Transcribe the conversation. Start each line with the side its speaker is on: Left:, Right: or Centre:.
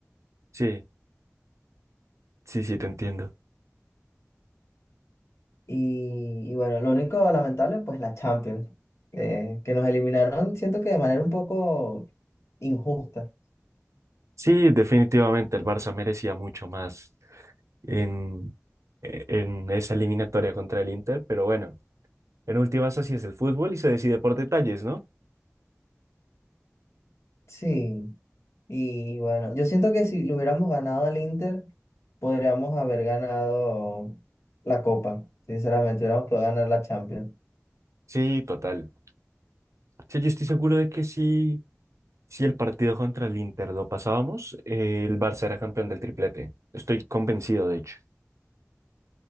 Right: Sí, sí, sí, te entiendo.
Left: Y, y bueno, lo único lamentable, pues la Champions, eh, que nos eliminaron, siento que de manera un poco injusta.
Right: Sí, definitivamente el Barça merecía mucho más en, e, en esa eliminatoria contra el Inter, pero bueno, en últimas así es el fútbol y se decide por detalles, ¿no?
Left: Sí. Y bueno, yo siento que si le hubiéramos ganado al Inter, podríamos haber ganado la Copa. Sinceramente, hubiéramos podido ganar la Champions.
Right: Sí, total. Sí, yo estoy seguro de que si, si el partido contra el Inter lo pasábamos, eh, el Barça era campeón del triplete. Estoy convencido, de hecho.